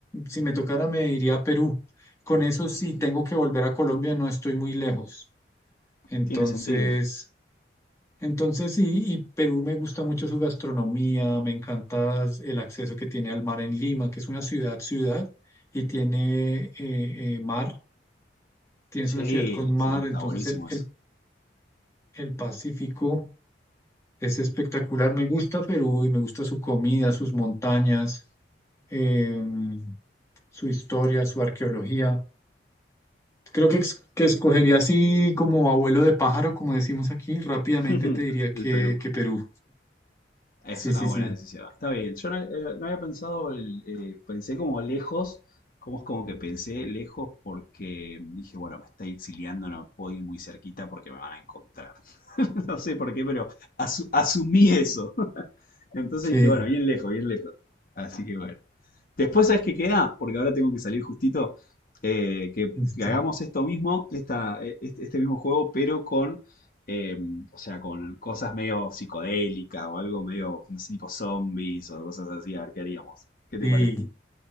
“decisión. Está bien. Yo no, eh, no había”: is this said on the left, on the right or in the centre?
Left